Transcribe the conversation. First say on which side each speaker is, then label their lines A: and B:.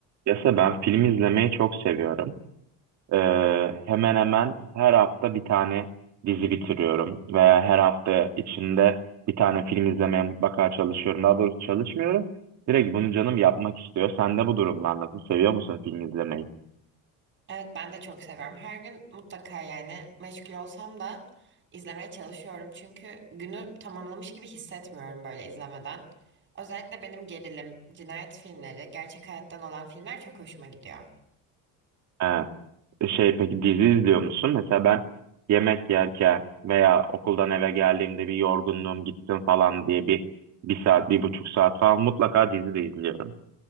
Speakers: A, on the right; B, on the right.
A: Yasa ben film izlemeyi çok seviyorum. Ee, hemen hemen her hafta bir tane dizi bitiriyorum veya her hafta içinde bir tane film izlemeye mutlaka çalışıyorum. Daha doğrusu çalışmıyorum. Direkt bunu canım yapmak istiyor. Sen de bu durumlar nasıl? Seviyor musun film izlemeyi?
B: Evet ben de çok seviyorum. Her gün mutlaka yani meşgul olsam da izlemeye çalışıyorum. Çünkü günü tamamlamış gibi hissetmiyorum böyle izlemeden. Özellikle benim gerilim, cinayet filmleri, gerçek hayattan olan filmler çok hoşuma gidiyor.
A: Ha. E, Şey peki dizi izliyor musun? Mesela ben yemek yerken veya okuldan eve geldiğimde bir yorgunluğum gitsin falan diye bir bir saat, bir buçuk saat falan mutlaka dizi de izliyorum.